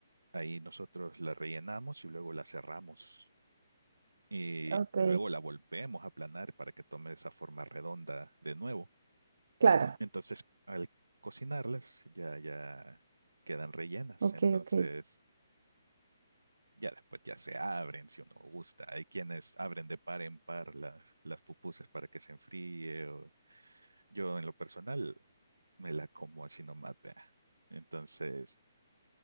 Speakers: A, on the right; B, on the right.
A: ahí nosotros la rellenamos y luego la cerramos y
B: Ok,
A: luego la volvemos a aplanar para que tome esa forma redonda de nuevo.
B: claro.
A: Entonces, al cocinarlas ya ya quedan rellenas.
B: Ok,
A: Entonces,
B: ok.
A: Ya después ya se abren si uno gusta. Hay quienes abren de par en par las, las pupusas para que se enfríe. o- Yo en lo personal me la como así nomás, vea. Entonces,